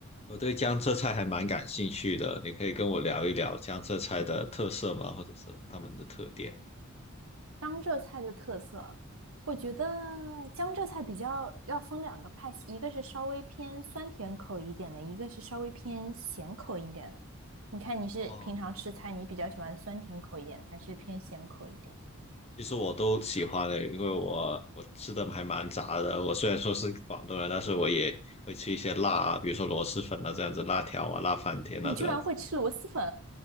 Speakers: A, on the left; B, on the right.
A: 我对江浙菜还蛮感兴趣的，你可以跟我聊一聊江浙菜的特色吗？或者是他们的特点？
B: 江浙菜的特色，我觉得江浙菜比较要分两个派系，一个是稍微偏酸甜口一点的，一个是稍微偏咸口一点的。你看你是平常吃菜，
A: 哦，
B: 你比较喜欢酸甜口一点的，还是偏咸口一点的？
A: 其实我都喜欢的，因为我我吃的还蛮杂的。我虽然说是广东人，但是我也会吃一些辣啊，比如说螺蛳粉啊这样子，辣条啊，辣翻天啊这样子。
B: 你居然会吃螺蛳粉？